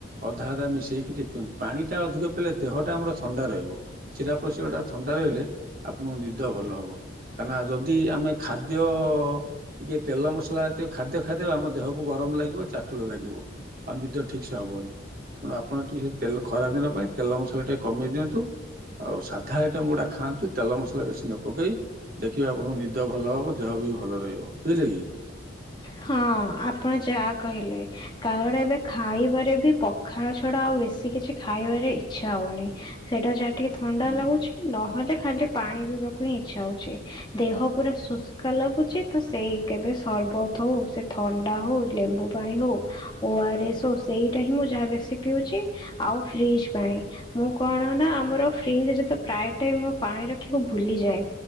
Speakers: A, on the right (about 45°); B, on the left (about 20°).
A: ଅଧା ଅଧା ମିଶେଇକି ଟିକେ ପିଅନ୍ତି। ପାଣିଟା ଅଧିକ ପିଇଲେ ଦେହଟା ଆମର ଥଣ୍ଡା ରହିବ। ଶୀରା ପ୍ରସିରାଟା ଥଣ୍ଡା ରହିଲେ ଆପଣଙ୍କୁ ନିଦ ଭଲ ହବ। କାହିଁନା ଯଦି ଆମେ ଖାଦ୍ୟ ଟିକେ ତେଲ ମସଲା ଜାତୀୟ ଖାଦ୍ୟ ଖାଇଦେଲେ ଆମ ଦେହ କୁ ଗରମ ଲାଗିବ, ଚାଟୁଳ ଲାଗିବ, ଆଉ ନିଦ ଠିକ୍ ସେ ହବନି। ତେଣୁ ଆପଣ ଟିକେ ସେ ତେଲ ଖରା ଦିନ ପାଇଁ ତେଲ ମସଲା ଟିକେ କମେଇ ଦିଅନ୍ତୁ। ଆଉ ସାଧା ଆଇଟମ୍ ଗୁଡା ଖାଆନ୍ତୁ, ତେଲ ମସଲା ବେଶୀ ନ ପକେଇ। ଦେଖିବେ ଆପଣଙ୍କୁ ନିଦ ଭଲ ହବ, ଦେହ ବି ଭଲ ରହିବ। ବୁଝିଲେ କି?
B: ହଁ ଆପଣ ଯା କହିଲେ। କାରଣ ଏବେ ଖାଇବାରେ ବି ପଖାଳ ଛଡା ଆଉ ବେଶୀ କିଛି ଖାଇବାରେ ଇଚ୍ଛା ହଉନି। ସେଇଟା ଯାହା ଟିକେ ଥଣ୍ଡା
A: ହୁଁ
B: ଲାଗୁଛି, ନହେଲେ ଖାଲି ପାଣି ପିଇବାକୁ ହିଁ ଇଚ୍ଛା ହଉଛି। ଦେହ ପୁରା ଶୁଷ୍କା ଲାଗୁଛି ତ ସେଇ କେବେ ସର୍ବ ଥଉ ସେ ଥଣ୍ଡା ହଉ ଲେମ୍ବୁ ପାଣି ହଉ। ଓଆରେସ ସେଇଟା ହିଁ ମୁଁ ଯାହା ବେଶି ପିଉଛି। ଆଉ ଫ୍ରିଜ୍ ପାଣି। ମୁଁ କଣ ନା ଆମର ଫ୍ରିଜ୍ ରେ ତ ପ୍ରାୟ ଟାଇମ୍ ପାଣି ରଖିବାକୁ ଭୁଲିଯାଏ।